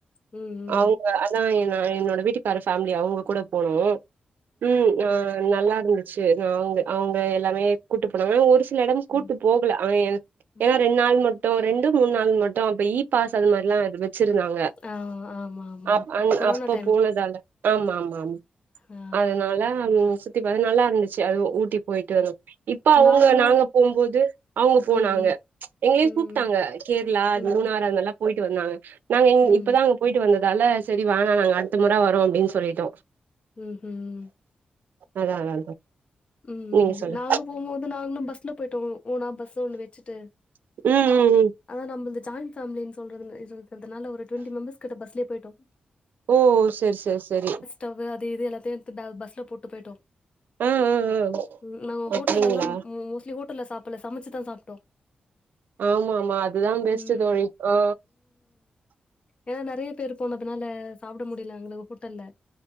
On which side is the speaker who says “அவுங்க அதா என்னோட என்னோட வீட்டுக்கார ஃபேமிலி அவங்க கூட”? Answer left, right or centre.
Right